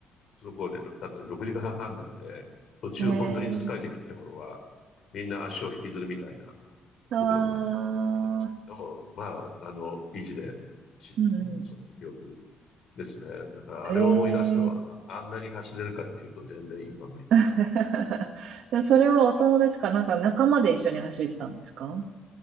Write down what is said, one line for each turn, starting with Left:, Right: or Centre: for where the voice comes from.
Left: その頃で、ろだって6時間半なので、途中本当に疲れてきた頃は、
Right: ええ
Left: みんな足を引きずるみたいな
Right: ああ
Left: ところまで来てましたけど、まあ、あの、意地で知ったその記憶
Right: ー、うんうん。
Left: ですね。だから、あれを思い出すと、
Right: ええ
Left: あ、あんなに走れるかっていうと、全然今無理だ。
Right: <laughs> で、それはお友達かなんか仲間で一緒に走ったんですか